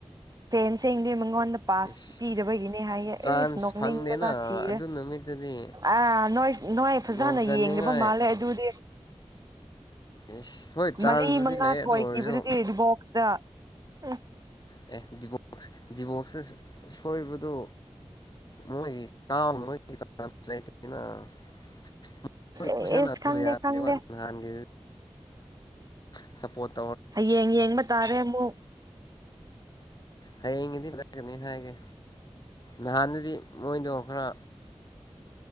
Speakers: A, on the right (about 35°); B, on the left (about 40°).
A: ꯐꯦꯟꯁꯤꯡꯗꯤ ꯃꯣꯉꫭꯟ ꯇ ꯄꯥꯁ
B: ꯏꯁ
A: ꯄꯤꯗꯕꯒꯤꯅꯦ ꯍꯥꯏꯌꯦ
B: ꯆꯥꯟꯁ
A: ꯑꯦꯁ ꯅꯤꯡꯕꯅ
B: ꯐꯪꯗꯦꯅ
A: ꯁꯤꯔꯦ
B: ꯑꯗꯨ ꯅꯨꯃꯤꯠꯇꯨꯗꯤ
A: ꯑꯥ ꯅꫭꯏ ꯅꫭꯏ ꯐꯖꯅ
B: ꯒꯣꯜ ꯆꯟꯅꯤꯡꯉꯥꯏ
A: ꯌꯦꯡꯗꯕ ꯃꯥꯜꯂꯦ ꯑꯗꯨ <unintelligible>
B: ꯏꯁ ꯍꯣꯏ ꯆꯥꯟꯁꯕꯨꯗꯤ
A: ꯃꯔꯤ ꯃꯉꯥ
B: ꯂꯩ
A: ꯁꯣꯏꯈꯤꯕꯗꯨꯗꯤ
B: ꯑꯗꯨ ꯑꯣꯏꯔꯁꯨ
A: ꯑꯗꯨꯕꯣꯛꯁꯇ ꯎꯪ
B: <unintelligible> ꯊꯣꯏꯕꯗꯨ ꯃꯣꯏꯒꯤ <unintelligible> <unintelligible>
A: ꯑꯦꯁ ꯈꯪꯗꯦ ꯈꯪꯗꯦ
B: ꯁꯄꯣꯠ
A: ꯍꯌꯦꯡ ꯌꯦꯡꯕ ꯇꯥꯔꯦ ꯑꯃꯨꯛ
B: ꯍꯌꯦꯡꯒꯤꯗꯤ ꯐꯖꯒꯅꯤ ꯍꯥꯏꯒꯦ ꯅꯍꯥꯟꯗꯨꯗꯤ ꯃꯣꯏꯗꯣ ꯈꯔ